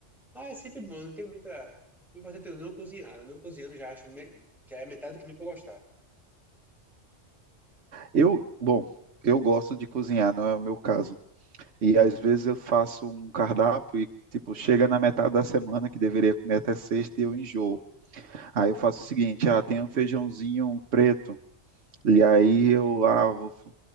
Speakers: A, in the centre; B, on the right.
A: Ah, é sempre bom, não tem muita. O importante é eu não cozinhar. Eu não cozinhando já acho me- já é metade do caminho para gostar.
B: Eu, bom, eu gosto de cozinhar, não é o meu caso. E às vezes eu faço um cardápio e, tipo, chega na metade da semana que deveria comer até sexta e eu enjoo. Aí eu faço o seguinte, ah, tem um feijãozinho preto, e aí eu ah, vou, f-